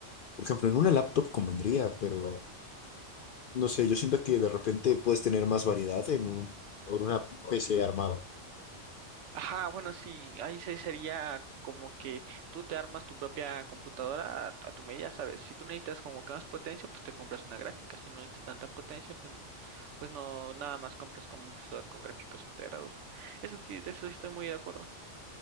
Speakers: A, on the left; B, on the right.
A: por ejemplo, en una laptop convendría, pero no sé, yo siento que de repente puedes tener más variedad en un, en una PC armada.
B: Ajá, bueno, sí, ahí se sería como que tú te armas tu propia computadora a, a tu medida, ¿sabes? Si tú necesitas como que más potencia, pues te compras una gráfica. Si no necesitas tanta potencia, pues no, pues no, nada más compras como un procesador con gráficos integrados. Eso sí, de eso sí estoy muy de acuerdo.